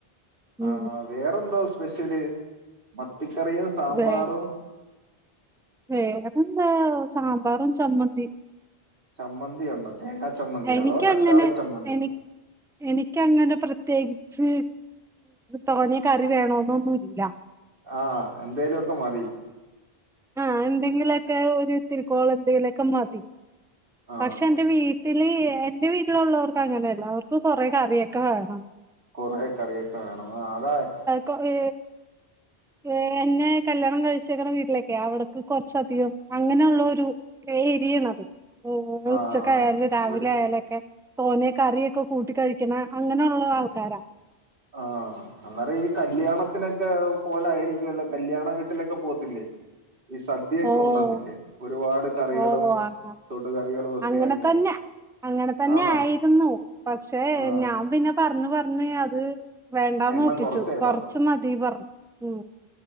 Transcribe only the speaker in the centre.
ഉം
വേ വേറെന്താ സാമ്പാറും ചമ്മന്തിയും
എനിക്കങ്ങനെ
എനി എനിക്കങ്ങനെ പ്രത്യേകിച്ച് തോന്നിയ കറി വേണോന്നൊന്നുമില്ല
ആഹ് എന്തെങ്കിലുമൊക്കെ ഒരു ഇതിരിക്കോളും എന്തെങ്കിലൊക്കെ മതി
പക്ഷെ എന്റെ വീട് ട്ടില് എന്റെ വീട്ടിലുള്ളവർക്ക് അങ്ങനെയല്ല അവർക്ക് കുറെേ കറിയൊക്കെ വേണം.
കൊറേ ഏഹ് എന്നെ കല്യാണം കഴിച്ചേക്കണ വീട്ടിലേക്കെ അവിടക്ക് കുറച്ച അധികം അങ്ങനെയുള്ള ഒരു ക്കെ എരിയണം
ഉച്ചക്കായാലും രാവിലെ
ആയാലൊക്കെ തോനെ കറിയൊക്കെ കൂട്ടി കഴിക്കണ അങ്ങനെയുള്ള ആൾക്കാരാ
ഓഹ്
ഓഹ് അങ്ങ
അങ്ങനെ
തന്നെ അങ്ങനെ തന്നെ
ആയിരുന്നു പക്ഷെ
ഞാൻ പിന്നെ പറഞ്ഞ് പറഞ്ഞ് അത് വേണ്ടാന്ന്
ഒപ്പിച്ചു
കുറച്ചു മതി വറുത്തു